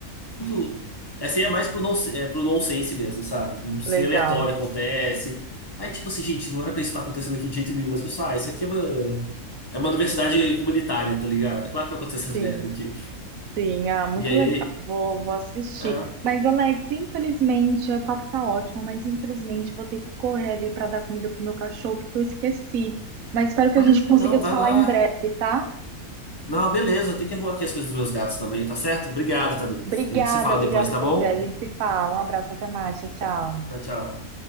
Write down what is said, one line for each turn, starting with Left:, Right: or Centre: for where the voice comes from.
Left: Muito, essa aí é mais pro, non, é pro nonsense mesmo, sabe? Não sei,
Right: Legal.
Left: aleatório acontece. Aí tipo assim, gente, não era pra isso estar acontecendo aqui de jeito nenhum, mas pessoal, ah, isso aqui é uma, é uma universidade comunitária, tá ligado? É claro que vai acontecer essas
Right: Sim,
Left: merdas aqui.
Right: sim. Ah, muito
Left: E aí,
Right: legal. Vou, vou assistir.
Left: ah,
Right: Mas, Alex, infelizmente, o papo tá ótimo, mas infelizmente vou ter que correr ali pra dar comida pro meu cachorro, porque eu esqueci. Mas espero que
Left: ah,
Right: a gente
Left: não,
Right: consiga se
Left: vai
Right: falar
Left: lá.
Right: em breve, tá?
Left: Não, beleza, eu tenho que arrumar aqui as coisas dos meus gatos também, tá certo? Obrigado, Tamires.
Right: Obrigada,
Left: A gente se fala
Right: obrigada
Left: depois, tá
Right: a você.
Left: bom?
Right: A gente se fala. Um abraço, até mais. Tchau, tchau.
Left: Tchau, tchau.